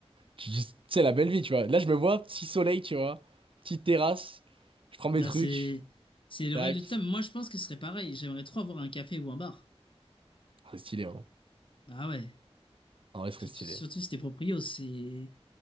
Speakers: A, on the right (about 55°); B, on the left (about 50°).
A: Tu dis, c'est la belle vie, tu vois. Là, je me vois, petit soleil, tu vois, petite terrasse, je prends mes
B: Là
A: trucs,
B: c'est c'est le
A: tac.
B: rêve de tout ça. Mais moi je pense que ce serait pareil. J'aimerais trop avoir un café ou un bar.
A: Ah, C'est stylé, hein.
B: Bah ouais.
A: En vrai, ce
B: Surtout,
A: serait stylé.
B: surtout si t'es proprio, c'est